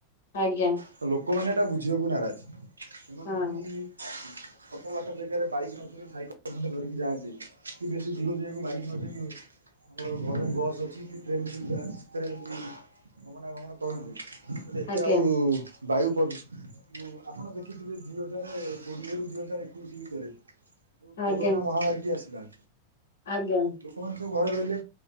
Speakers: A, on the left (about 60°); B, on the right (about 75°).
A: ଆଜ୍ଞା
B: ତ ଲୋକମାନେ ଏଟା ବୁଝିବାକୁ ନାରାଜ। ସେମାନେ
A: ହଁ
B: ଯଦି ଅଳ୍ପ ବାଟ ଜାଗାରେ ବାଇକ୍ ନ ଚଳେଇକି ସାଇକଲ ଖଣ୍ଡେ ଧରିକି ଯାଆନ୍ତେ କି ବେଶୀ ଦୂର ଜଗାକୁ ବାଇକ ନ ଯାଇକି ଆମର ଘରୋଇ ବସ୍ ଅଛି କି ଟ୍ରେନ ସୁବିଧା ଅଛି ସେଥିରେ ବି ଗମନାଗମନ କରନ୍ତି ମୁଁ କହିଲି ଏତେ
A: ଆଜ୍ଞା
B: ଆଉ ବାୟୁ ପ୍ରଦୂ ଉଁ ଆପଣ ଦେଖିଥିବେ ଦିଇ ହଜାର କୋଡିଏରୁୁ ଦିଇ ହଜାର ଏକୋଇଶି ଭିତରେ ଯୋଉ
A: ଆଜ୍ଞା
B: କୋରୋନା ମହାମାରୀ ଟି ଆସିଲା
A: ଆଜ୍ଞା।
B: ଲୋକମାନେ ସବୁ ଘରେ ରହିଲେ